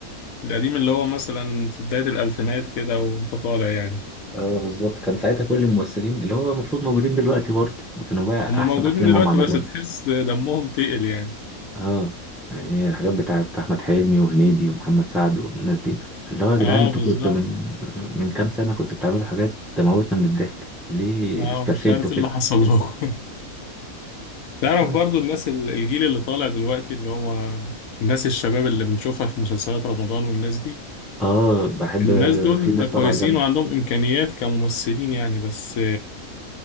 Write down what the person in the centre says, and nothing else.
اه بالظبط كان ساعتها كل الممثلين اللي هو المفروض موجودين دلوقتي برضه ما كانوا بقى
احسن
افلامهم
عملوها
اه يعني الحاجات بتاعت احمد حلمي وهنيدي ومحمد سعد والناس دي اللي هو يا جدعان
انتوا
كنتوا من من كام سنه كنتوا بتعملوا حاجات تموتنا من الضحك ليه
استسهلتوا
كده
بس
اه بحب
في ناس
طالعه جامده